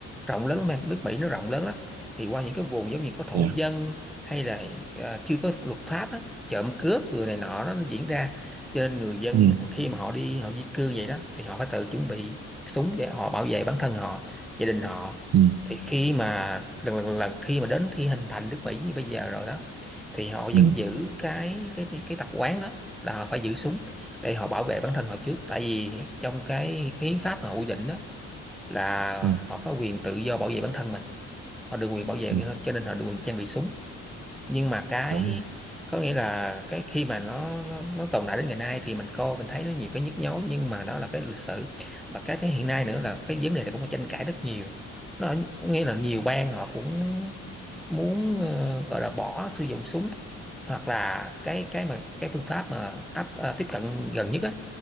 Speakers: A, in the centre; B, on the right.
A: rộng lớn lắm em nước Mỹ nó rộng lớn lắm thì qua những cái vùng giống như có thổ
B: dạ.
A: dân hay là à, chưa có luật pháp á, trộm cướp rồi này nọ đó, nó diễn ra cho nên người dân
B: ừ,
A: khi mà họ đi họ di cư vậy đó thì họ phải tự chuẩn bị súng để họ bảo vệ bản thân họ gia đình họ
B: ừ,
A: thì khi mà lần lần, lần khi mà đến khi hình thành nước Mỹ như bây giờ rồi đó thì họ
B: ừ,
A: vẫn giữ cái cái cái tập quán đó là họ phải giữ súng để họ bảo vệ bản thân họ trước tại vì trong cái cái hiến pháp mà họ quy định đó là
B: ừ, ừ,
A: họ có quyền tự do bảo vệ bản thân mình họ được quyền bảo vệ
B: ừ,
A: như thế, cho nên họ được quyền trang bị súng nhưng mà cái
B: đúng
A: có nghĩa là cái khi mà nó nó, nó tồn tại đến ngày nay thì mình coi mình thấy nó nhiều cái nhức nhối nhưng mà đó là cái lịch sử và cái thế hiện nay nữa là cái vấn đề này cũng có tranh cãi rất nhiều nó ở- nghĩa là nhiều bang họ cũng muốn ờ, gọi là bỏ sử dụng súng hoặc là cái cái mà cái phương pháp mà áp ờ, tiếp cận gần nhất á